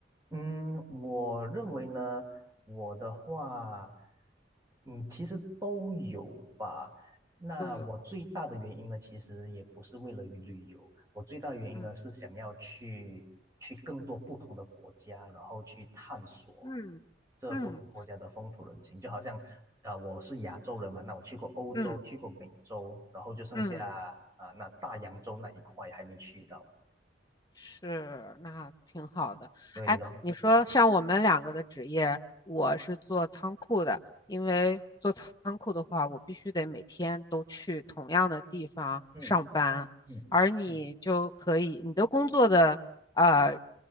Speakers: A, on the right; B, on the left.
A: 嗯，我认为呢，我的话，嗯，其实都有吧。那我最大的原因呢，
B: 都有。
A: 其实也不是为了于旅游，我最大的原因呢是想要去去更多不同的国家，
B: 嗯
A: 然后去探索
B: 嗯嗯
A: 这不同国家的风土人情。就好像啊、我是亚洲人嘛，那我去过欧洲，
B: 嗯
A: 去过美洲，然后就剩下啊、
B: 嗯，
A: 那大洋洲那一块还没去到。
B: 是，那挺好的。
A: 对了，
B: 哎，
A: 然后
B: 你说像我们两个的职业，我是做仓库的，因为做仓库的话，我必须得每天都去同样的地方上班，
A: 嗯。嗯
B: 而你就可以，你的工作的呃，